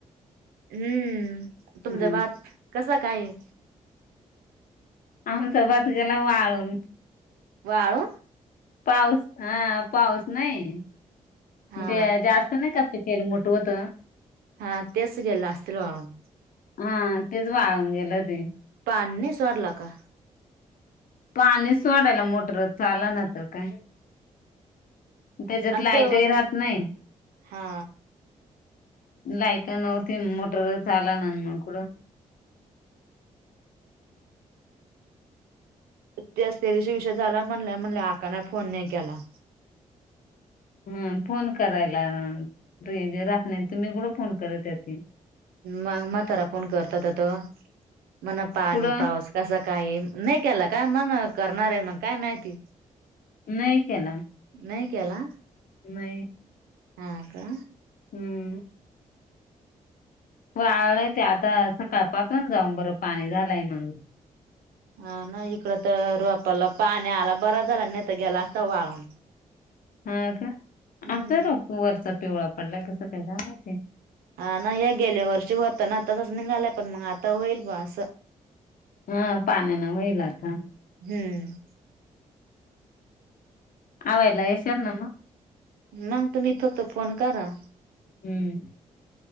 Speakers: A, on the right; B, on the left.
A: हम्म तुमचा
B: ह
A: भात कसा काय?
B: आमच भात गेला वाळून.
A: वाळून
B: पाऊस हं पाऊस नाही
A: हा
B: ते जास्त नाही का पीक हेलमठ होतं.
A: हां तेच गेले असतील म्हणून?
B: हा तेच वाळून गेलं ते.
A: पान नाही सोडल का?
B: पाणी सोडायला मोटर चाला ना तर काय? त्याच्यात
A: आणि
B: लायतही
A: ते
B: राहत नाही.
A: हा
B: लाईट नव्हती मोटर झाला ना म कुडून
A: तेतरीशी विषय झाला म्हणल्या म्हणले आका नाही फोन नाही केला?
B: हम फोन करायला रेंज राहणार तुम्ही कडं फोन कर त्यातील?
A: मग मातारा फोण करतात आता मणा पाणी
B: कुठं
A: पाऊस. कस काय नाही केला काय मण करणार आहे मग काय माहिती.
B: नाही केला.
A: नाही केला.
B: नाही
A: हा का.
B: हम्म वाळलंय ते आता सकाळपासुन जाऊन बरं पाणी झालंय म्हण.
A: हा ना इकड तर आपला पाणी आला बरा झाला नाही तर गेला असता वाळून.
B: हा का
A: हम्म
B: आमचा र वरचा पिवळा पडला कसं काही मा ते.
A: हा ना हे गेले वर्षी होत ना तसंच निघालंय पण मग आता होईल ब असं.
B: हा पाण्या न वईल आता.
A: हम्म
B: आवला येसर नन.
A: मग तुम्ही फक्त फोन करा?
B: हम्म